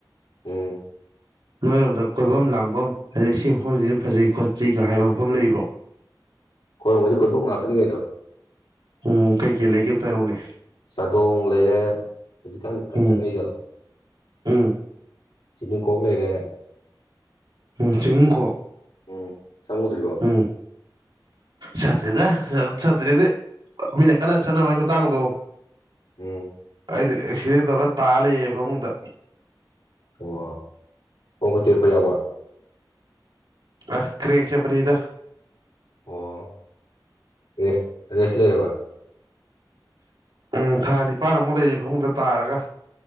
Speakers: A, on the left; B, on the right.
A: ꯎꯝ
B: ꯅꯣꯏꯔꯣꯝꯗ ꯀꯣꯏꯕꯝ ꯂꯥꯡꯕꯝ ꯍꯥꯏꯗꯤ ꯁꯤ ꯃꯐꯝꯖꯤ ꯐꯖꯩ ꯈꯣꯠꯁꯤ ꯀꯥ ꯍꯥꯏꯕ ꯃꯐꯝ ꯂꯩꯕ꯭ꯔꯣ
A: ꯍꯣꯏ <unintelligible> ꯀꯣꯏꯕꯝ ꯉꯥꯛꯇꯅꯤ ꯀꯩꯅꯣ
B: ꯎꯝ ꯀꯩꯀꯩ ꯂꯩꯒꯦ ꯑꯃꯇ ꯍꯥꯏꯔꯛꯎꯅꯦ
A: ꯆꯥꯗꯣꯡ ꯂꯩꯔꯦ ꯍꯧꯖꯤꯛꯀꯥꯟ ꯀꯟ
B: ꯎꯝ
A: ꯆꯠꯅꯩꯗꯣ
B: ꯎꯝ
A: ꯆꯤꯅꯤꯡꯈꯣꯛ ꯂꯩꯔꯦ
B: ꯎꯝ ꯆꯤꯡꯅꯨꯡꯈꯣꯛ
A: ꯎꯝ ꯁꯨꯗ꯭ꯔ
B: ꯍ ꯁꯥꯇ꯭ꯔꯤꯗ ꯁꯥꯇ꯭ꯔꯤꯗꯤ ꯃꯤꯅ ꯀꯟꯅ ꯆꯠꯅꯕꯒꯤ ꯃꯇꯥꯡꯗꯣ
A: ꯎꯝ
B: ꯑꯩꯗꯤ ꯑꯦꯛꯁꯤꯗꯦꯟ ꯇꯧꯔ ꯇꯥꯜ ꯂꯩꯌꯦ ꯐꯃꯨꯡꯗ
A: ꯑꯣ ꯄꯣꯡ ꯍ ꯇꯦꯛꯄ ꯌꯥꯎꯕ
B: ꯑꯁ ꯀ꯭ꯔꯔꯤꯦꯛ ꯆꯄꯅꯤꯗ
A: ꯑꯣ ꯔꯦꯁ ꯔꯦꯁ ꯂꯩꯔꯕ
B: ꯎꯝ ꯊꯥ ꯅꯤꯄꯥꯟꯃꯨꯛ ꯂꯩꯌꯦ ꯐꯃꯨꯡꯗ ꯇꯥꯔꯒ